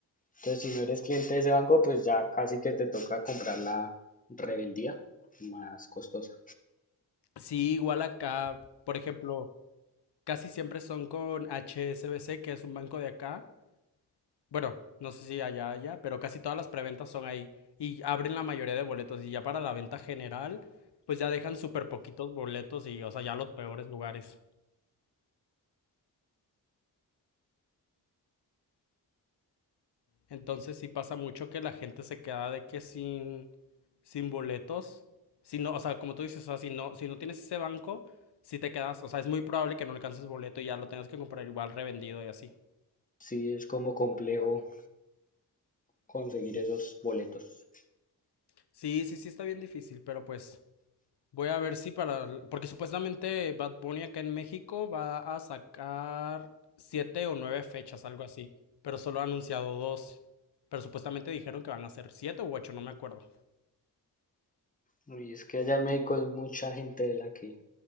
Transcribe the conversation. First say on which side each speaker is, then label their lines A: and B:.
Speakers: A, on the left; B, on the left.
A: Entonces, si no eres cliente de ese banco, pues ya casi que te toca comprar la revendida más costosa.
B: Sí, igual acá, por ejemplo, casi siempre son con HSBC, que es un banco de acá. Bueno, no sé si allá, allá, pero casi todas las preventas son ahí y abren la mayoría de boletos y ya para la venta general, pues ya dejan súper poquitos boletos y, o sea, ya los peores lugares. Entonces sí pasa mucho que la gente se queda de que sin, sin boletos, si no, o sea, como tú dices, o sea, si no, si no tienes ese banco, si te quedas, o sea, es muy probable que no alcances boleto y ya lo tengas que comprar igual revendido y así.
A: Sí, es como complejo conseguir esos boletos.
B: Sí, sí, sí está bien difícil, pero pues voy a ver si para, porque supuestamente Bad Bunny acá en México va a sacar siete o nueve fechas, algo así, pero solo ha anunciado dos, pero supuestamente dijeron que van a ser siete u ocho, no me acuerdo.
A: Y es que allá en México es mucha gente de la que,